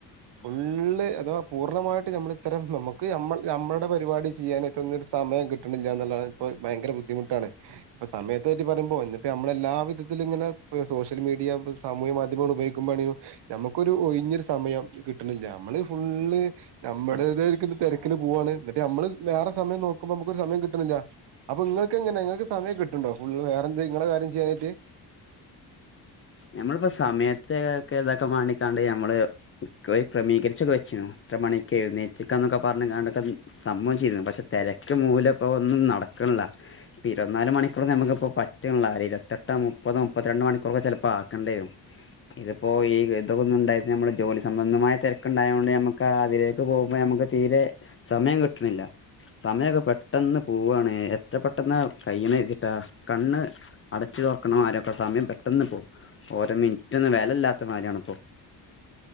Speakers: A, on the right (about 70°); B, on the left (about 30°).
A: ഫുള്ള് അഥവാ പൂർണ്ണമായിട്ട് <unintelligible> നമ്മള് ഇത്തരം നമുക്ക് നമ്മളൾടെ പരുപാടി ചെയ്യാനായി <unintelligible> ഒരു സമയം കിട്ടണില്ലാന്നുള്ള ഇപ്പ ഭയങ്കര ബുദ്ധിമുട്ടാണ് ഇപ്പൊ സമയത്തെ പറ്റി പറയുമ്പോൾ ഇന്നിപ്പോ നമ്മളെല്ലാ വിധത്തിലും ഇങ്ങനെ സോഷ്യൽ മീഡിയ സാമൂഹികമാധ്യമങ്ങൾ ഉപയോഗിക്കുമ്പോളാണ് ഞമ്മക്കൊരു ഒഴിഞ്ഞൊരു സമയം കിട്ടണില്ല നമ്മള് ഫുള്ള് നമ്മുടെ ഇതരിക്കുന്ന തെരക്കില് പോവാണ് ന്ന്ട്ട് നമ്മള് വേറെ സമയം നോക്കുമ്പോ നമുക്കൊരു സമയം കിട്ടും കിട്ട്ന്നില്യ അപ്പം നിങ്ങൾക്കെങ്ങനെ ങ്ങക്ക് സമയം കിട്ട്ണ്ടോ ഫുള്ള് വേറെന്ത് നിങ്ങളെ കാര്യം ചെയ്യാനായിട്ട്
B: ഞമ്മളിപ്പൊ സമയത്തെ താക്കെ ഇതൊക്കെ മാനിക്കാണ്ട് നമ്മള് റിക്കവൈ ക്രമീകരിച്ചൊക്കെ വച്ചിരുന്നു ഇത്ര മണിക്ക് എഴ്ന്നേൽപിക്കാ ന്നൊക്കെ പറഞ് ങ്ങാണ്ട് ത- സംഭവം ചെയ്തിരുന്നു പക്ഷെ തെരക്ക് മൂലം ഇപ്പൊ ഒന്നും നടക്ക്‌ൺല്ല ഇപ്പ ഇരുവത്ത് നാല് മണിക്കൂർ ഞമ്ക്ക് ഇപ്പൊ പറ്റ്ൺലാ ഒരു ഇരുവത്തെട്ടോ മുപ്പതോ മുപ്പത്തി രണ്ട് മണിക്കൂറൊക്കെ ചിലപ്പൊ- പ്പാക്കണ്ടി വരും ഇത് പ്പോ ഈ ഗദ്ധം ഒന്നും ഉണ്ടായിട്ട് നമ്മളെ ജോലി സംബന്ധമായ തെരക്ക് ഇണ്ടായോണ്ട് ഞമ്മക്ക് ആ അതിലെ- ഇപ്പൊ പോകുമ്പോ ഞമ്മക്ക് തീരെ സമയം കിട്ട്ണില്ല സമയൊക്കെ പെട്ടന്ന് പൂവാണ് എത്ര പെട്ടെന്നാ കയ്യ്ണ് വെച്ച്ട്ടാ കണ്ണ്- അടച്ചു തൊർക്കണ മാരി ഒക്കെ സമയം പെട്ടെന്ന് പോവും ഓരോ മിൻറ്റൊന്നും വെല ഇല്ലാത്ത മാരിയാണ് ഇപ്പൊ